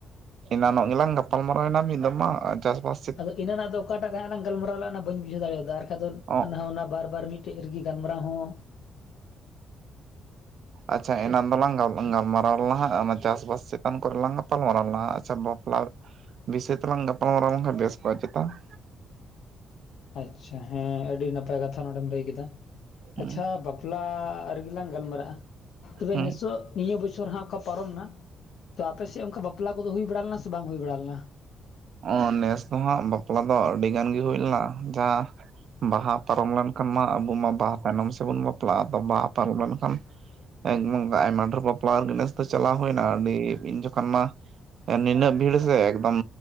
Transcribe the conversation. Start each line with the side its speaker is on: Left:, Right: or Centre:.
Right: ᱮᱱᱟᱱᱚᱜ ᱜᱮᱸᱞᱟᱝ ᱜᱟᱯᱟᱞᱢᱟᱨᱟᱣ ᱮᱱᱟ ᱢᱤᱫ ᱫᱚᱢ ᱢᱟ ᱪᱟᱥ ᱵᱟᱥ
Left: ᱟᱫᱚ ᱤᱱᱟᱹ ᱱᱟᱜ ᱫᱚ ᱚᱠᱟᱴᱟᱜ ᱦᱟᱸᱜ ᱞᱟᱝ ᱜᱟᱞᱹᱢᱟᱨᱟᱣ ᱞᱮᱫᱼᱟ ᱚᱱᱟ ᱵᱟᱹᱧ ᱵᱩᱡᱷᱟᱹᱣ ᱫᱟᱲᱮᱭᱟᱫᱼᱟ, ᱟᱨ ᱵᱟᱝᱠᱷᱟᱱ ᱫᱚ
Right: ᱚ
Left: ᱚᱱᱟ ᱚᱱᱟ ᱵᱟᱨ ᱵᱟᱨ ᱢᱤᱫᱼᱼ ᱴᱮᱜ ᱨᱮᱜᱤ ᱜᱟᱞᱢᱟᱨᱟᱣ ᱦᱚᱸᱼᱼ
Right: ᱟᱪᱪᱷᱟ ᱮᱱᱟᱝ ᱫᱚᱞᱟᱝ ᱜᱟᱞ ᱜᱟᱞᱢᱟᱨᱟᱣ ᱞᱟᱦᱟᱜ ᱚᱱᱟ ᱪᱟᱥᱵᱟᱥ ᱪᱮᱛᱟᱱ ᱠᱚᱨᱮ ᱞᱟᱝ ᱜᱟᱯᱟᱞᱢᱟᱨᱟᱣ ᱞᱮᱱᱟ ᱟᱪᱪᱷᱟ ᱼᱼ ᱞᱟᱲ ᱵᱤᱥᱚᱭ ᱛᱮᱞᱟᱝ ᱜᱟᱯᱟᱞᱢᱟᱨᱟᱣ ᱞᱮᱱᱠᱷᱟᱱ ᱵᱮᱥ ᱠᱚᱜᱼᱟ ᱪᱮᱛᱟ ᱾
Left: ᱟᱪᱪᱷᱟ ᱦᱮᱸ ᱟᱹᱰᱤ ᱱᱟᱯᱟᱭ ᱠᱟᱛᱷᱟ ᱱᱚᱰᱮᱢ ᱞᱟᱹᱭ ᱠᱮᱫᱟ,
Right: ᱦᱩᱸ
Left: ᱟᱪᱪᱷᱟ ᱵᱟᱯᱞᱟᱼᱼ ᱜᱮᱞᱟᱝ ᱜᱟᱞᱢᱟᱨᱟᱜᱼᱟ, ᱛᱚᱵᱮ
Right: ᱦᱩᱸ ᱦᱩᱸ
Left: ᱱᱮᱥᱚᱜ ᱱᱤᱭᱟᱹ ᱵᱚᱪᱷᱚᱨ ᱦᱟᱸᱜ ᱚᱠᱟ ᱯᱟᱨᱚᱢᱱᱟᱼᱼ ᱛᱚ ᱟᱯᱮᱥᱮᱫ ᱚᱱᱠᱟ ᱵᱟᱯᱞᱟ ᱠᱚᱫᱚ ᱦᱩᱭ ᱵᱟᱲᱟ ᱞᱮᱱᱟ ᱥᱮ ᱵᱟᱝ ᱦᱩᱭ ᱵᱟᱲᱟ ᱞᱮᱱᱟ?
Right: ᱚᱸ ᱱᱮᱥ ᱫᱚᱦᱟᱸᱜ ᱵᱟᱯᱞᱟ ᱫᱚ ᱟᱹᱰᱤ ᱜᱟᱱ ᱜᱮ ᱦᱩᱭ ᱞᱮᱱᱟ, ᱡᱟᱦᱟᱸᱼᱼ ᱵᱟᱦᱟ ᱯᱟᱨᱚᱢ ᱞᱮᱱᱠᱷᱟᱱ ᱢᱟ ᱟᱵᱚ ᱢᱟ ᱵᱟᱦᱟ ᱛᱟᱭᱱᱚᱢ ᱥᱮᱫᱵᱚᱱ ᱵᱟᱯᱞᱟᱜᱼᱟ, ᱟᱫᱚ ᱵᱟᱦᱟ ᱯᱟᱨᱚᱢ ᱞᱮᱱᱠᱷᱟᱱᱼᱼ ᱮᱠ ᱟᱭᱢᱟ ᱰᱷᱮᱨ ᱯᱚᱯᱞᱟ ᱨᱮ ᱱᱮᱥ ᱫᱚ ᱪᱟᱞᱟᱣ ᱦᱩᱭᱱᱟ ᱟᱹᱰᱤ, ᱤᱧ ᱡᱚᱠᱷᱚᱱ ᱢᱟᱼᱼ ᱮ ᱱᱤᱱᱟᱹᱜ ᱵᱷᱤᱲ ᱥᱮ ᱮᱠᱫᱚᱢᱼᱼ